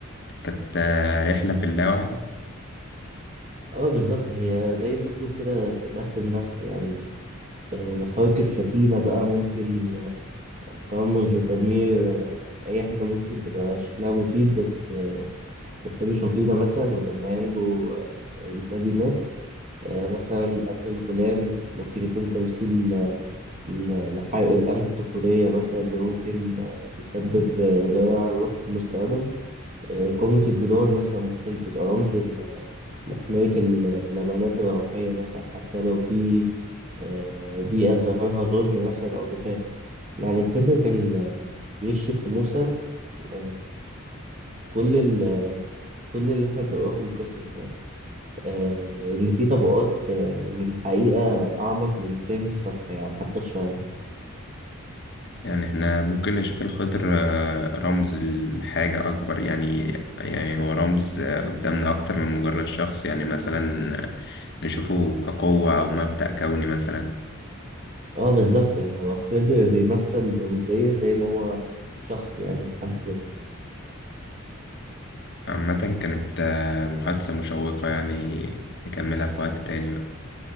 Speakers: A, on the left; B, on the right.
A: كانت آه، رحلة في اللاوعي
B: اه بالظبط هي زي الدخول كده في كهف النفس يعني آه، خارق السفينة بقى ممكن آه، ترمز لتدمير آه، أي حاجة ممكن تبقى شكلها مفيد بس آه، بس هي مش مفيدة مثلا ولما ينجو آه، بتناجي الناس آه، مثلا قتل الغلام ممكن يكون تمثيل ال- الحرق الآن الطفولية مثلا اللي ممكن آه، تسبب آه، ضياع الروح في المستقبل آه، قمة الجدار مثلا ممكن تبقى رمز ال- لحماية ال- الأمانات الروحية مثلا حتى لو في آه، بيئة ظاهرها ظلم مثلا أو جفاف يعني خضر كان آه، بيكشف لموسى آه، كل ال- كل اللي احنا بنقراه في القصص يعني آه، إن في طبقات آه، من الحقيقة أعمق من الفهم السطحي أو حتى الشرعي
A: يعني احنا ممكن نشوف الخضر آه، رمز لحاجة أكبر يعني يعني هو رمز آه، قدامنا أكتر من مجرد شخص يعني مثلا آه، نشوفه كقوة أو مبدأ كوني مثلا
B: اه بالظبط يعني هو خضر بيمثل رمزية زي ما هو شخص يعني حد ذاته
A: عامة كانت آه، محادثة مشوقة يعني نكملها في وقت تاني بقى